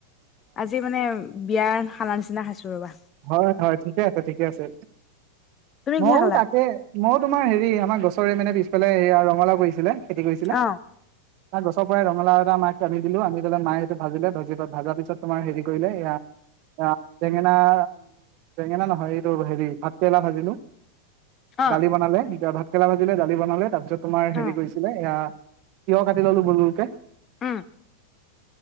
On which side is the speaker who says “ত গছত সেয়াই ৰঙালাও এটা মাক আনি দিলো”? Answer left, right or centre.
Right